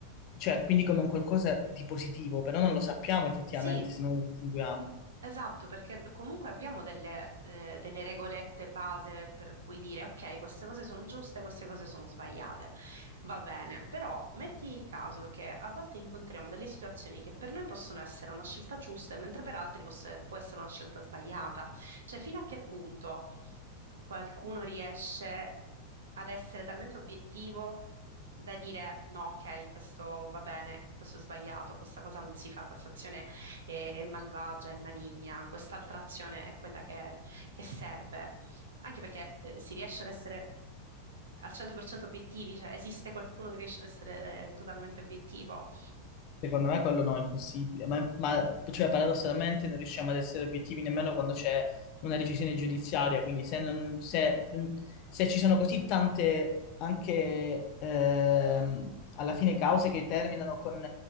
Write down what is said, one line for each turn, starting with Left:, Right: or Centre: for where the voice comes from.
Left: cioè, quindi come un qualcosa di positivo, però non lo sappiamo effettivamente
Right: sì.
Left: se non lo distinguiamo.
Right: Esatto, perché comunque abbiamo delle, eh, delle regolette base per cui dire, ok, queste cose sono giuste, queste cose sono sbagliate. Va bene, però metti il caso che a volte incontriamo delle situazioni che per noi possono essere una scelta giusta, mentre per altri posse- può essere una scelta sbagliata. Cioè, fino a che punto qualcuno riesce ad essere talmente obiettivo da dire, no, ok, questo va bene, questo è sbagliato, questa cosa non si fa, questa azione e malvagia e maligna. Quest'altra azione è quella che, che serve, anche perché eh, si riesce ad essere al 100% obiettivi, cioè esiste qualcuno che riesce ad essere eh, totalmente obiettivo?
Left: Secondo me quello no, è impossibile, ma, ma, cioè, paradossalmente non riusciamo ad essere obiettivi nemmeno quando c'è una decisione giudiziaria, quindi se, non- se- se ci sono così tante anche ehm, alla fine cause che terminano con